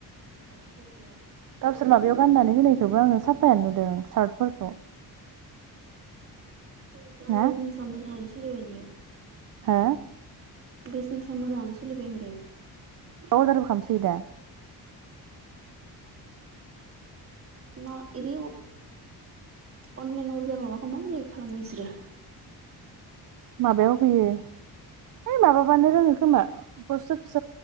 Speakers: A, on the right; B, on the right.
A: <unintelligible>
B: गावसोर माबायाव गाननानै होनायखौबो आङो साफायानो नुदों सार्टफोरखौ।
A: <unintelligible>
B: ना
A: सान्दों आं सोरलि इयो?
B: हा।
A: बिजनेसा मोजाङानो सोलिबाय होनदों।
B: औ जारबो खालामसै दा।
A: ना एव अनलाइन अर्दार माबाखौ माबोरै खालामो इसोरो?
B: माबायाव होफैयो हैइ माबाबानो रोङो खोमा? पस्टअफिस